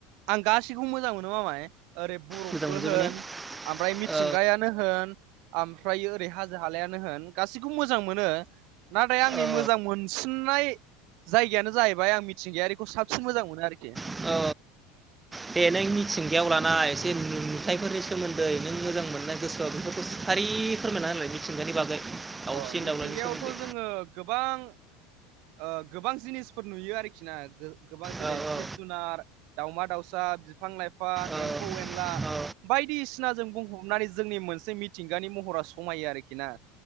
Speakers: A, on the right; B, on the right.
A: आं गासैखौबो मोजां मोनो मामाय ओरै बरफबो
B: मोजां मोनजोब
A: होन
B: माने
A: ओमफ्राय मिथिंगायानो
B: औ
A: होन आओमफ्रफ्राय ओरै हाजो हालायानो होन गासैखौबो मोजां मोनो नाथाय आंनि
B: औ
A: मोजां मोनसिननाय जायगायानो जाहैबाय बेफ्राय आं मिथिंगायारिखौ साबसिन मोजां मोनो आरोखि
B: औ बे नों मिथिंगायाव लानो नाय एसे नुथायफोरनि सोमोन्दै नों मोजां मोननाय गोसोआ बेफोरखौ सारि फोरमायना होनलाय थिंगानि बागै दाउसिन
A: अ' मिथिंगायावथ'
B: दाउलानि सोमोन्दै
A: जोङो गोबां ओ गोबां जिनिसफोर नुयो आरोखि ना गोबां जेरै
B: औ
A: जिब जुनार दाउमा दाउसा बिफां लाइफां
B: औ
A: एम्फौ एनला
B: औ
A: बायदिसिना जों बुंहबनानै जोंनि मोनसे मिथिंगानि महरा समायो आरोखि ना